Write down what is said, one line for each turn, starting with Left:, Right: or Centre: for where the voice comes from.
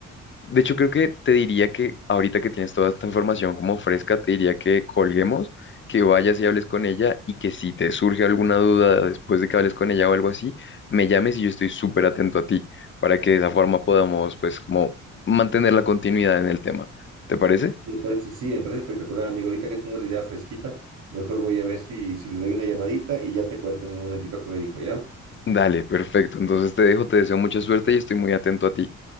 Left: De hecho, creo que te diría que ahorita que tienes toda esta información como fresca, te diría que colguemos, que vayas y hables con ella y que si te surge alguna duda después de que hables con ella o algo así, me llames y yo estoy súper atento a ti para que de esa forma podamos pues como mantener la continuidad en el tema. ¿Te parece?
Right: Me parece, sí, me parece espectacular, amigo. Ahorita que tengo la idea fresquita, mejor voy a ver si, si le doy una llamadita y ya te cuento en un momentito qué me dijo, ¿ya?
Left: Dale, perfecto. Entonces te dejo, te deseo mucha suerte y estoy muy atento a ti.